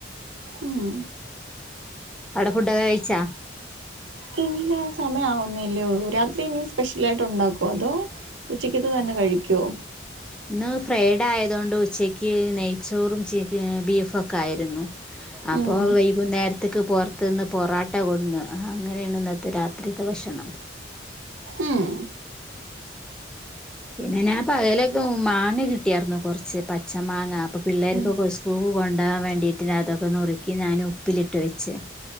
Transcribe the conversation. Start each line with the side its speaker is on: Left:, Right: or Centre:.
Right: ഉം
Centre: അവിടെ ഫുഡൊക്കെ കഴിച്ചാ?
Right: ഇല്ല സമയം ആവുന്നല്ലേ ഒള്ളൂ രാത്രി ഇനി സ്പെഷ്യലായിട്ട് ഒണ്ടാക്കോ അതോ ഉച്ചക്കത്തെ തന്നെ കഴിക്കോ?
Centre: ഇന്ന് ഫ്രൈഡ് ആയതോണ്ട് ഉച്ചക്ക് നെയ്ച്ചോറും ചിക്ക് ബീഫും ഒക്കെ ആയിരുന്നു അപ്പോ
Right: ഉം
Centre: വൈകുന്നേരത്തേക്ക് പൊറത്തു നിന്ന് പൊറോട്ട കൊടുന്ന് അഹ് അങ്ങനെയാണ് ഇന്നത്തെ രാത്രിയത്തെ ഭക്ഷണം
Right: ഉം
Centre: പിന്നെ ഞാൻ പകലൊക്കെ മാങ്ങ കിട്ടിയാർന്നു കൊറച്ച് പച്ച മാങ്ങ അപ്പൊ പിള്ളേര്ക്കൊക്കെ
Right: ഉം
Centre: സ്കൂൾക്ക് കൊണ്ടോകാൻ വേണ്ടിട്ട് അതൊക്കെ നുറുക്കി ഞാന് ഉപ്പിലിട്ട് വെച്ച്.